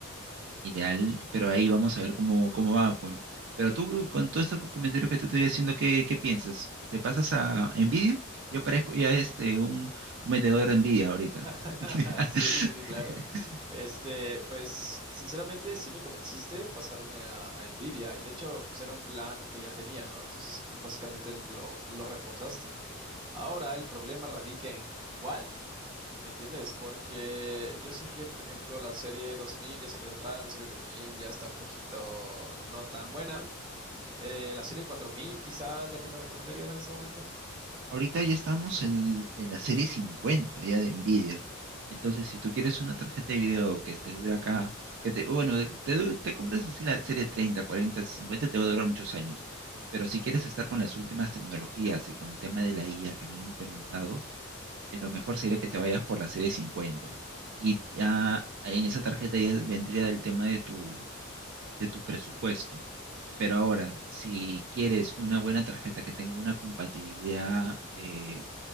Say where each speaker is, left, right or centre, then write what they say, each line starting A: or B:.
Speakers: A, on the right; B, on the right.
A: Ideal, pero ahí vamos a ver cómo, cómo va, pues. Pero tú, con todos estos comentarios que te estoy haciendo, ¿qué, qué piensas? ¿Te pasas a Nvidia? Yo parezco ya este, un, un metedor de Nvidia ahorita.
B: <laughs>
A: <laughs>
B: Sí, sí, sí, claro. Este, pues, sinceramente, sí me convenciste pasarme a, a Nvidia y de hecho, pues era un plan que ya tenía, ¿no? Entonces, pues básicamente lo, lo reforzaste. Ahora el problema radica en cuál, ¿me entiendes? Porque yo sé que, por ejemplo, la serie 2000 ya se quedó atrás, la serie 3000 ya está un poquito no tan buena. Eh, la serie 4000 quizás la que me recomendarías en este momento.
A: Ahorita ya estamos en, en la serie 50 ya de Nvidia. Entonces, si tú quieres una tarjeta de video que te dure acá, que te, bueno, de- te, dure- te compres así la serie 30, 40, 50, te va a durar muchos años. Pero si quieres estar con las últimas tecnologías y con el tema de la IA que la han implementado, lo mejor sería que te vayas por la serie 50. Y ya en esa tarjeta ya vendría el tema de tu, de tu presupuesto. Pero ahora, si quieres una buena tarjeta que tenga una compatibilidad eh,